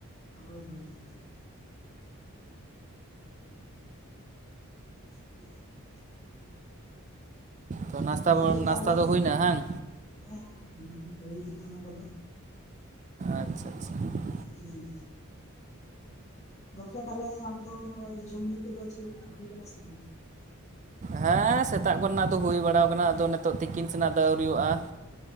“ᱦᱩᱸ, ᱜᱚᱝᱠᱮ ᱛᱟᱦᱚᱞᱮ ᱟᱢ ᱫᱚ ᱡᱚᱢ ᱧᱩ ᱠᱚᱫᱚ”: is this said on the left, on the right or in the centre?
Left